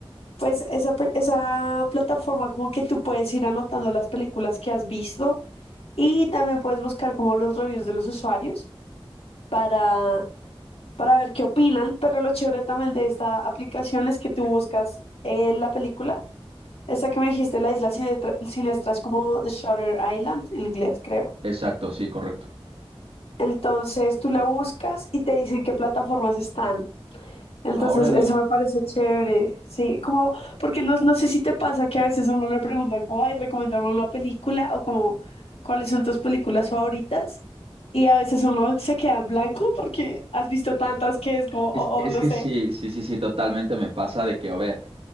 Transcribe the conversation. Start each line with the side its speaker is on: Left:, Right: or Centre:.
Left: Pues esa, pe- esa plataforma como que tú puedes ir anotando las películas que has visto y también puedes buscar como los reviews de los usuarios para, para ver qué opinan, pero lo chévere también de esta aplicación es que tú buscas eh, la película Esa que me dijiste, la isla siniestra, siniestra es como The Shutter Island en inglés, creo.
Right: Exacto, sí, correcto.
Left: Entonces tú la buscas y te dicen qué plataformas están. Entonces
Right: Ah, órale.
Left: eso me parece chévere, sí, como porque no, no sé si te pasa que a veces a uno le preguntan como, ay, recomendarme una película o como, ¿cuáles son tus películas favoritas? Y a veces uno se queda en blanco porque has visto tantas que es como, oh,
Right: Es, es
Left: oh, no
Right: que
Left: sé.
Right: sí, sí, sí, sí, totalmente me pasa de que, a ver,